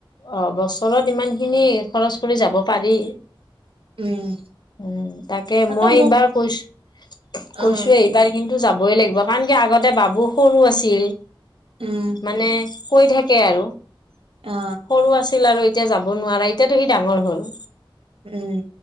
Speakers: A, on the left; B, on the right.
A: অ', বছৰত ইমান খিনি খৰচ কৰি যাব পাৰি।
B: উম
A: উম, তাকে
B: তাতে
A: মই এইবাৰ
B: মোক
A: কৈছো কৈছো
B: অ
A: এইবাৰ কিন্তু যাবই লাগিব কাৰণ কি আগতে বাবু সৰু আছিল,
B: উম
A: মানে কৈ থাকে তাকে আৰু
B: অ
A: সৰু আছিল আৰু এতিয়া যাব নোৱাৰা এতিয়াতো সি ডাঙৰ হ'ল।
B: উম